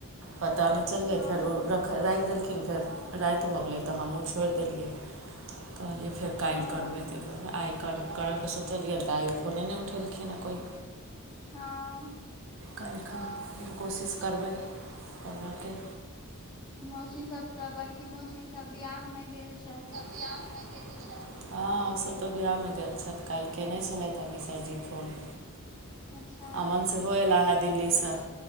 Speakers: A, on the right; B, on the left.
A: पता नहि चललै
B: हँ
A: फेर ओख राखि देलखिन। फेर राति भऽ गेलै तऽ हमहूँ छोड़ि देलियै कहलियै फेर। काल्हि
B: हँ
A: करबै ते दुआरेआइ करऽके सोचलियनि तऽ आइ फोने नहि उठेलखिन हेँ कोइ।
B: हँ।
A: काल्हिखन फेर कोशिश करबै करबाकऽके।
B: मौसी सब तऽ बड़की मौसी सब बिियाह मऽ गेल छथि।
A: <unintelligible> हँ ओसभ तऽ विवाहमे गेल छथि काल्हि कयने छलथि ई मिश्रा जी फोन।
B: अच्छा।
A: अमन सेहो अयलाह हे दिल्लीसँ